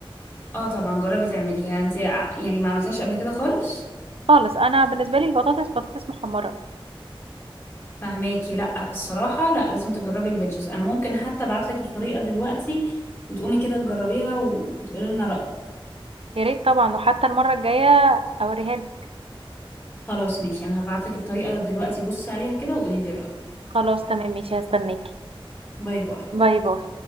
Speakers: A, on the left; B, on the right.
A: اه طبعا جربي تعمليها انت يعني ما عملتهاش قبل كده خالص
B: خالص انا بالنسبه لي البطاطس بطاطس محمره
A: فهماكي لا الصراحه لا لازم تجربي الويدجز انا ممكن حتى ابعت لك الطريقه دلوقتي وتقومي كده تجربيها وتقولي لنا رايك
B: يا ريت طبعا وحتى المره الجايه اوريها لك
A: خلاص ماشي انا هبعت لك الطريقه دلوقتي بصي عليها كده وقولي لي رايك
B: خلاص تمام ماشي هستناكي
A: باي باي
B: باي باي